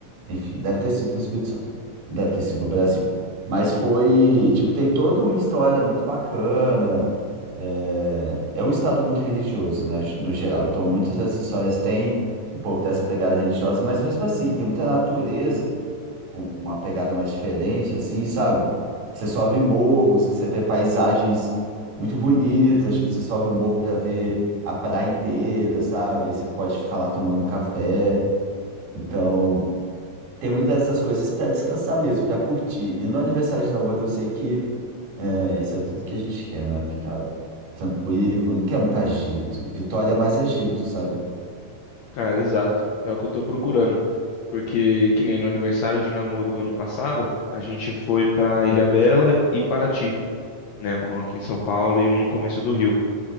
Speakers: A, on the right; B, on the left.
A: enfim, deve ter sido no Espírito Santo. Deve ter sido no Brasil. Mas foi, tipo, tem toda uma história muito bacana. É, é um estado muito religioso, né, no geral. Então, muitas das histórias têm um pouco dessa pegada religiosa, mas mesmo assim, tem muita natureza, com uma pegada mais diferente, assim, sabe? Que você sobe morros, que você vê paisagens muito bonitas, tipo, você sobe o morro para ver a praia inteira, sabe? Aí você pode ficar lá tomando um café. Então tem muitas dessas coisas para descansar mesmo, para curtir. E no aniversário de namoro eu sei que é, isso é tudo que a gente quer, né? Ficar tranquilo, não quer muito agito. Vitória é mais agito, sabe?
B: Cara, exato. É o que eu tô procurando. Porque, que nem no aniversário de namoro do ano passado, a gente foi pra Ilhabela e Paraty, né? Um aqui em São Paulo e um no começo do Rio.